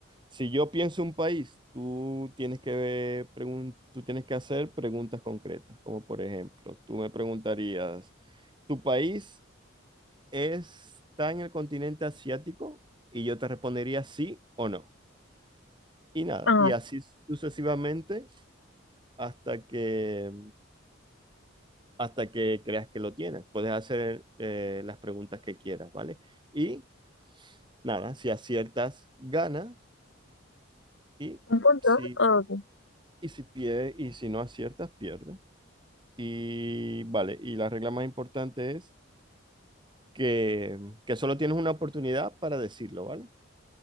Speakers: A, on the right; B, on the left.
A: si yo pienso un país, tú tienes que ver pregun- tú tienes que hacer preguntas concretas, como por ejemplo, tú me preguntarías, ¿tu país está en el continente asiático? Y yo te respondería sí o no. Y nada,
B: Ah,
A: y así sucesivamente hasta que hasta que creas que lo tienes. Puedes hacer eh, las preguntas que quieras, ¿vale? Y nada, si aciertas, ganas. Y
B: un punto.
A: si,
B: Ah, ok.
A: y si pierdes, y si no aciertas, pierdes. Y vale, y la regla más importante es que, que solo tienes una oportunidad para decirlo, ¿vale?